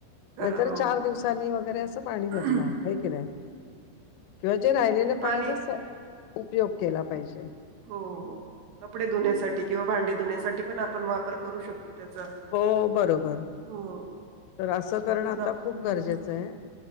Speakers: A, on the right; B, on the left.
A: खरा
B: नाहीतर
A: हो
B: चार दिवसांनी वगैरे अस पाणी बदला
A: हम्म
B: है का नाई किंवा जे राहिलेलं
A: ते पाणी
B: पाण्याच अस उपयोग केला पाहिजे.
A: हो हो कपडे धुण्यासाठी किंवा भांडे धुण्यासाठी पण आपण वापर करू शकतो त्याचा,
B: हो बरोबर
A: हो.
B: तर असं करणं
A: जरा
B: आता खूप गरजेचं
A: हम्म
B: आहे.